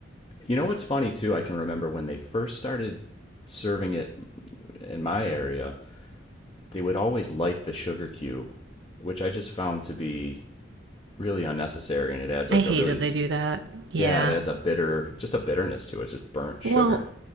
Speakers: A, on the left; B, on the right.
A: You know what's funny too? I can remember when they first started serving it in my area, they would always light the sugar cube, which I just found to be really unnecessary, and it adds like
B: I hate
A: a really
B: that they do that. Yeah.
A: yeah, it adds a bitter, just a bitterness to it. It's just burnt sugar.
B: Well,